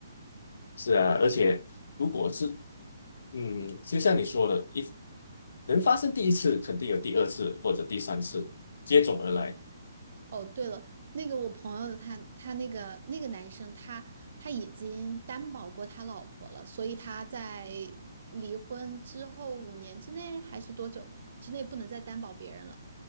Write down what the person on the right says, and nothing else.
哦，对了，那个我朋友他他那个那个男生他他已经担保过他老婆了，所以他在离婚之后五年之内还是多久之内不能再担保别人了。